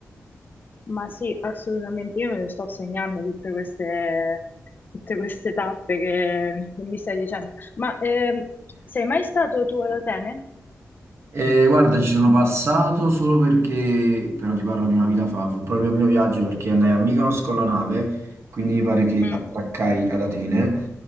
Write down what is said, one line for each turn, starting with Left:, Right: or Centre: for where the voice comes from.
Left: Ma sì, assolutamente, io me ne sto segnando tutte queste, tutte queste tappe che, che mi stai dicendo. Ma ehm, sei mai stato tu ad Atene?
Right: E guarda, ci sono passato solo perché, però ti parlo di una vita fa, fu proprio il mio primo viaggio perché andai a Mykonos con la nave, quindi mi pare che
Left: Mm.
Right: attraccai ad Atene,